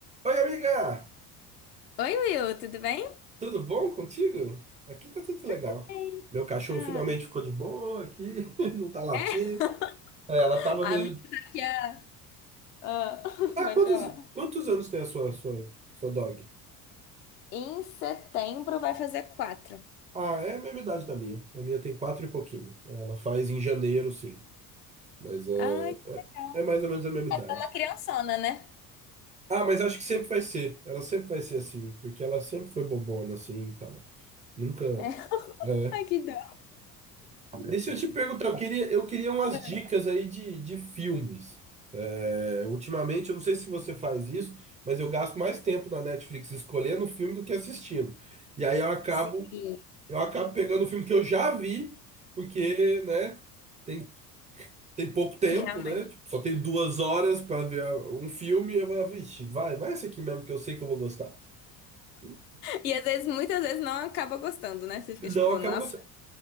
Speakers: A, on the right; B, on the left.
A: Oi, amiga!
B: Oi, Will, tudo bem?
A: Tudo bom contigo? Aqui tá tudo
B: Tudo
A: legal.
B: bem.
A: Meu cachorro
B: Ah,
A: finalmente ficou de boa aqui, <laughs> não tá latindo.
B: é? <laughs>
A: É, Ela tava
B: a
A: meio.
B: minha tá aqui a... Ah, <laughs>
A: Ah,
B: pode
A: quantos,
B: falar.
A: quantos anos tem a sua, sua, sua dog?
B: Em setembro vai fazer quatro.
A: Ah, é a mesma idade da minha. A minha tem quatro e pouquinho. Ela faz em janeiro, sim. Mas é,
B: Ai, que legal.
A: é, é mais ou menos a mesma idade.
B: É só uma criançona, né?
A: Ah, mas acho que sempre vai ser. Ela sempre vai ser assim, porque ela sempre foi bobona assim e tal. Nunca.
B: É. <laughs>
A: É.
B: Ai, que dó.
A: E se eu te perguntar, eu queria, eu queria umas
B: <laughs>
A: dicas aí de, de filmes. É, Ultimamente, eu não sei se você faz isso, mas eu gasto mais tempo na Netflix escolhendo o filme do que assistindo. E aí eu acabo,
B: Sim.
A: eu acabo pegando o filme que eu já vi, porque, né, tem, tem pouco tempo,
B: Realmente.
A: né? Tipo, só tenho duas horas para ver um filme, eu vou, vixe, vai, vai esse aqui mesmo que eu sei que eu vou gostar. E
B: E às vezes, muitas vezes, não acaba gostando, né? Você fica
A: não
B: tipo,
A: acaba
B: nossa,
A: gostando.